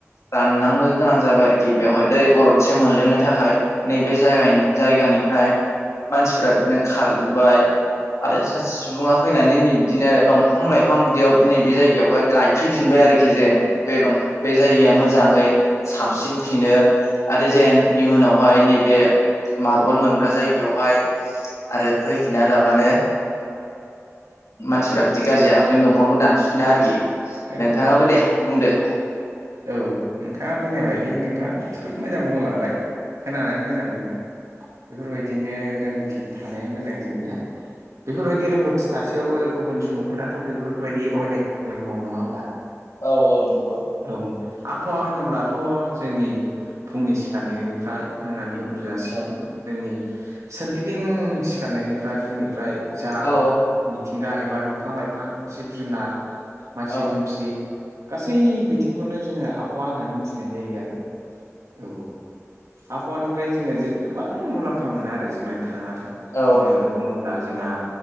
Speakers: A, on the left; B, on the right.
A: रानलांनो गोनां जाबाय आरोखि बेवहाय दै गरदसे मोनलोंनो थाखाय नैबे जाय जायगानिफ्राय मानसिफ्रा बिदिनो खारजोबबाय आरो सासे सुबुङा फैनानै नै बिदिनो दंफां लाइ फां बिदियाव नैबे जायगायावहाय गायफैफिनबाय आरोखि जे बे दं बे जायगाया मोजाङै साबसिन फिनो आरो जेन इयुनावहाय नैबे मार्बल मोनग्रा जायगायावहाय आरो फैफिना लाबानो मानसिफ्रा बिदि गाज्रि आखुनि दंफांखौ दानफिना आरोखि
B: औ
A: नोंथाङाबो दे बुंदो।
B: औ नोंथाङा बुंनाय बायदि नोंथाङा जोबोद मोजां बुंलांबाय। खोनानानै मोजां मोनदों बेफोरबायदिनो रोंगौथि थानाया मोजां जोंनिया बेफोरबायदि रोंगौथि थासेयावबो गुबुन सुबुंफोराथ' बेफोरबायदि अयनाय खामानि मावो नङा ओमबा?
A: औ औ नंगौ।
B: औ आबहावा होनोब्लाथ' जोंनि फुंनि सिखारननायनिफ्राय मोनानि उ न्दु जासिम
A: औ
B: जोंनि सोरगिदिं सिखारनायनिफ्राय फुंनिफ्राय जा
A: औ
B: मिथिंगा एबा दंफां लाइफां जिब जुनार मानसि
A: औ
B: दुमसि गासै बिथिंखौनो जोङो आबहावा होननानै मिथिनाय जायो आरो। औ आबहावानिफ्राय जोङो गोबां मुलाम्फा मोनो आरो जोंना। थांना था
A: औ
B: गिबियावनो बुङोब्ला जोंहा